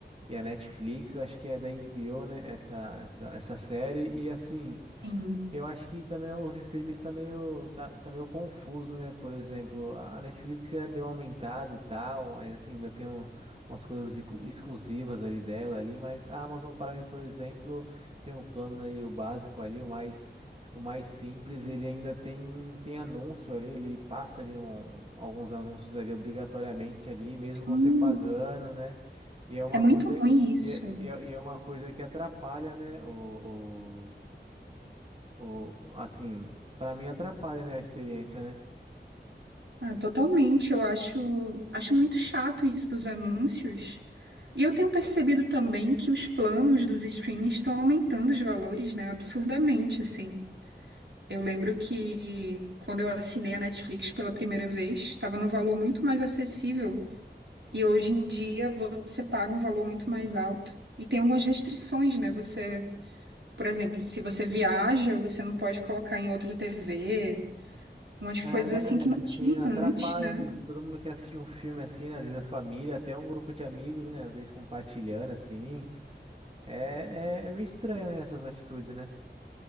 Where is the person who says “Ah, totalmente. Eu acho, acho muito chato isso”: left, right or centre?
Right